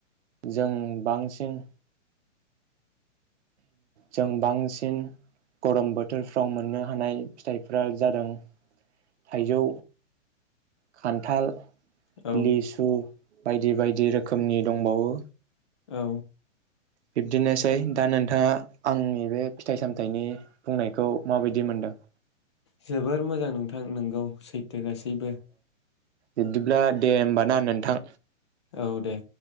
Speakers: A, on the right; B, on the left.
A: जों बांसिन जों बांसिन गरम बोथोरफ्राव मोननो हानाय फिथाइफोरा जादों थाइजौ, खान्थाल,
B: औ
A: लिसु, बायदि बायदि रोखोमनि दंबावो।
B: औ
A: बिब्दिनोसै दा नोंथाङा आंनि बे फिथाइ सामथाइनि बुंनायखौ माबायदि मोनदों?
B: जोबोर मोजां नोंथां नोंगौ सैथ थो गासैबो।
A: बिबदिब्ला दे होमबा ना नोंथां।
B: औ दे।